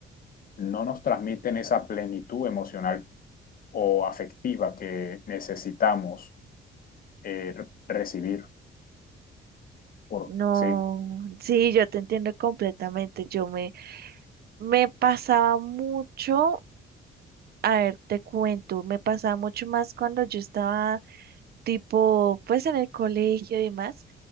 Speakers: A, on the left; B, on the right.
A: no nos transmiten esa plenitud emocional o afectiva que necesitamos eh, recibir. Por,
B: no,
A: sí,
B: sí, yo te entiendo completamente. Yo me, me pasaba mucho A ver, te cuento, me pasaba mucho más cuando yo estaba tipo, pues en el colegio y demás,